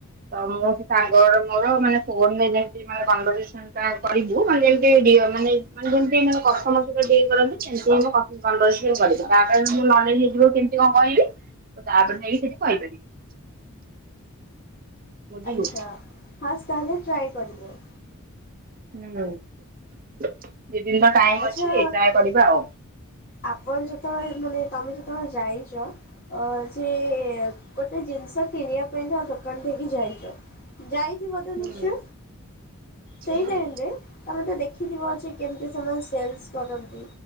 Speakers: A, on the right (about 40°); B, on the left (about 40°).
A: ତ ମୁଁ ସେ ସାଙ୍ଗର ମୋର ମାନେ ଫୋନରେ ଯେମିତି ମାନେ କନ୍ଭରସେସନ୍ ଟା କରିବୁ ମାନେ ଯେମତି ଦିଅ ମାନେ ଯେମତି ମାନେ କଷ୍ଟମର ସହିତ ଡିଲ୍ କରନ୍ତି ସେମତି ମୁଁ କ କନ୍ଭରସିଏନ୍ କରିବି। ତାପରେ ମୁଁ ନଲେଜ୍ ହେଇଯିବ କେମତି କ'ଣ କହିବି ତାପରେ ଯାଇକି ସେଠି କହିପାରିବି। ବୁଝିଲୁ।
B: ଆଚ୍ଛା, ଫାର୍ଷ୍ଟ ତାହେଲେ ଟ୍ରାୟ କରିବ?
A: ହୁଁ, ଦି ଦିନର ଟାଇମ୍
B: ଆଚ୍ଛା
A: ଅଛି ଟ୍ରାୟ କରିବା ଆଉ।
B: ଆପଣ ଯେତେବେଳେ ମାନେ ତମେ ଯେତେବେଳେ ଯାଇଛ ଅ ଯେ ଗୋଟେ ଜିନିଷ କିଣିବା ପାଇଁ ତମ ଦୋକାନ ଠେ କି ଯାଇଛ ଯାଇ କି ବର୍ତ୍ତମାନ
A: ହୁଁ
B: ଇସ୍ୟୁ?
A: ହୁଁ।
B: ସେଇ ଟାଇମ୍ ରେ ତମେ ତ ଦେଖିଥିବ ଯେ କେମିତି ସେମାନେ ସେଲ୍ସ କରନ୍ତି।